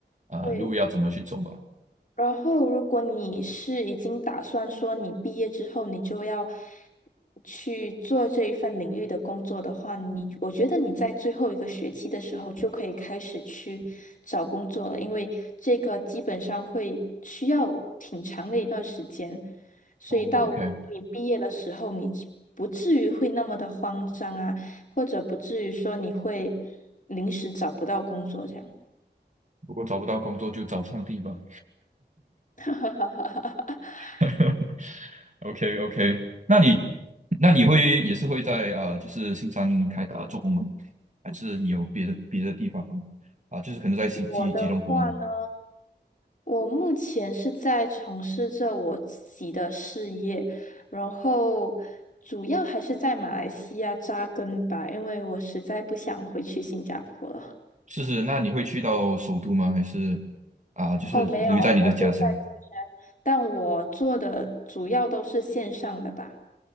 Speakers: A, on the right; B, on the left.
A: 啊、
B: 对。
A: 呃路要怎么去走吧。
B: 然后，如果你是已经打算说你毕业之后你就要去做这一份领域的工作的话，你我觉得你在最后一个学期的时候就可以开始去找工作了，因为这个基本上会需要挺长的一段时间，所以到你毕业的时候，
A: 啊，OK。
B: 你只不至于会那么的慌张啊，或者不至于说你会临时找不到工作这样。
A: 如果找不到工作，就找上帝吧。
B: <laughs>
A: <laughs> OK OK，那你那你会也是会在啊、呃就是新山开啊、做工吗？还是你有别的别的地方啊、就是可能在吉吉吉隆坡呢？
B: 我的话呢？我目前是在从事着我自己的事业，然后主要还是在马来西亚扎根吧，因为我实在不想回去新加坡了。
A: 是是，那你会去到首都吗？还是啊、就是留在你的家乡
B: 哦，没有，我就在四川，但我做的主要都是线上的吧。